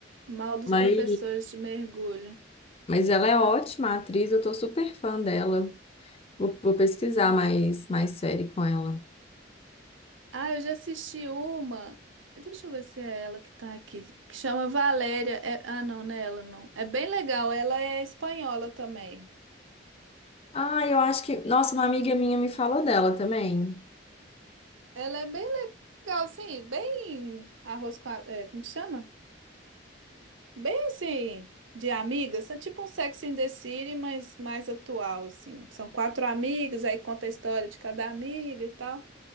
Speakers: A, on the right; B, on the left.
A: Mal dos
B: Mas,
A: professores de mergulho.
B: mas ela é ótima atriz, eu tô super fã dela. Vou, vou pesquisar mais, mais série com ela.
A: Ah, eu já assisti uma. Deixa eu ver se é ela que tá aqui. Que chama Valéria. É- Ah, não, não é ela, não. É bem legal. Ela é espanhola também.
B: Ah, eu acho que. Nossa, uma amiga minha me falou dela também.
A: Ela é bem legal, assim, bem arroz com a... é, como que chama? Bem assim, de amigas. É tipo um Sex in the City, mas mais atual, assim. São quatro amigas, aí conta a história de cada amiga e tal.